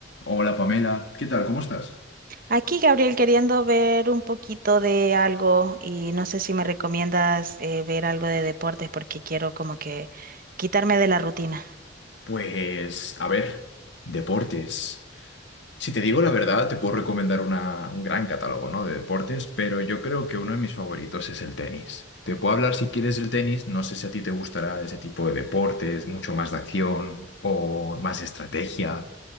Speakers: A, on the left (about 65°); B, on the right (about 50°).
A: Hola Pamela, ¿qué tal? ¿Cómo estás?
B: Aquí, Gabriel, queriendo ver un poquito de algo y no sé si me recomiendas eh, ver algo de deportes porque quiero como que quitarme de la rutina.
A: Pues, a ver, deportes. Si te digo la verdad, te puedo recomendar una- un gran catálogo, ¿no? de deportes, pero yo creo que uno de mis favoritos es el tenis. Te puedo hablar si quieres del tenis, no sé si a ti te gustará ese tipo de deportes, mucho más de acción o más estrategia,